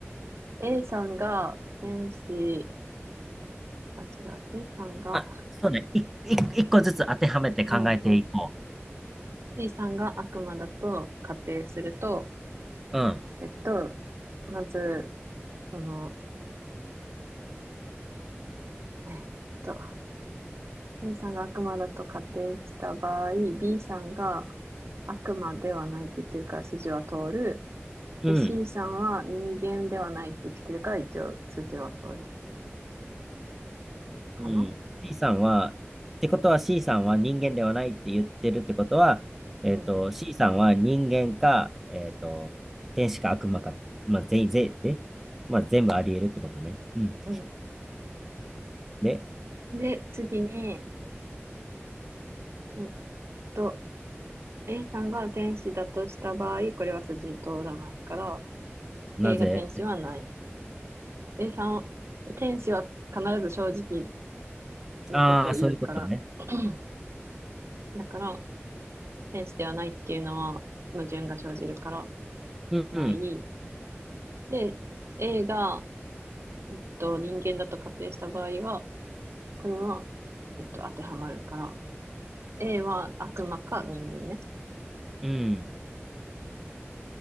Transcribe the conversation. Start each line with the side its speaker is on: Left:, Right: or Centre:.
Right: A さんが天使、あ、違う。A さんが、
Centre: まあ、そうね。い、い、一個ずつ当てはめて考えていこ
Right: うん。うん A さんが悪魔だと仮定すると、
Centre: う。うん。
Right: えっと、まず、その、えっと、A さんが悪魔だと仮定した場合、B さんが悪魔ではないって言ってるから筋は通る。
Centre: うん。
Right: で、C さんは人間ではないって言ってるから一応筋は通るかな。
Centre: うん。C さんは、ってことは C さんは人間ではないって言ってるってことは、えっと、
Right: うん。
Centre: C さんは人間か、えっと、天使か悪魔か、まあ、全員、ぜえまあ、全部あり得るってことね。うん。
Right: うん。
Centre: で、
Right: で、次に、えっと、A さんが天使だとした場合、これは筋通らないから、
Centre: なぜ
Right: A が天使はない。A さんは、天使は必ず正直なことを言うから、
Centre: ああー、そういうことね。
Right: <clears throat> だから、天使ではないっていうのは矛盾が生じるから、
Centre: うん、
Right: ない。で、A が、えっと、人間だと仮定した場合は、これは、えっと、当てはまるから、A は悪魔か人間ね。
Centre: うん。